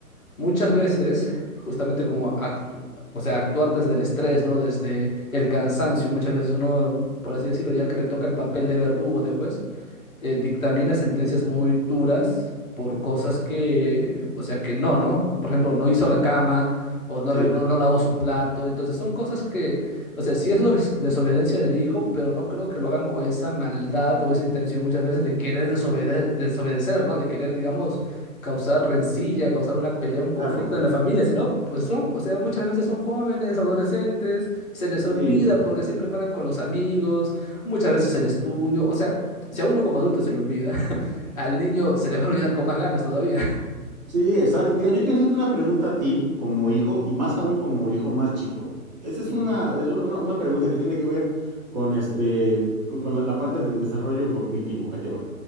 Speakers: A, on the left; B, on the right.
A: muchas veces, justamente como actu- o sea, actuar desde el estrés, ¿no? Desde el cansancio, muchas veces uno, por así decirlo, ya que le toca el papel de verdugo, de juez, eh, dictamina sentencias muy duras por cosas que, o sea, que no, ¿no? Por ejemplo, no hizo
B: Exacto.
A: la cama o no,
B: Sí,
A: re- no, no lavó su plato. Entonces son cosas que, o sea, sí es dobe- desobediencia del hijo, pero no creo que lo hagan con esa maldad o esa intención muchas veces de querer desobede- desobedecer, ¿no? De querer, digamos, causar rencilla, causar una pelea, un conflicto
B: claro.
A: en la familia, sino, pues son, o sea, muchas veces son jóvenes, adolescentes, se les
B: Sí,
A: olvida porque siempre paran con los amigos, muchas veces el estudio, o sea, si a uno como adulto se le olvida, <laughs> al niño se le va a olvidar con más ganas todavía.
B: Sí, exacto. Mira, yo quiero hacerte una pregunta a ti como hijo y más aún como hijo más chico. Esa
A: <laughs>
B: es
A: Ujú.
B: una, es una, una pregunta que tiene que ver con, este, con, con la, la parte de desarrollo cognitivo. Ahí te va.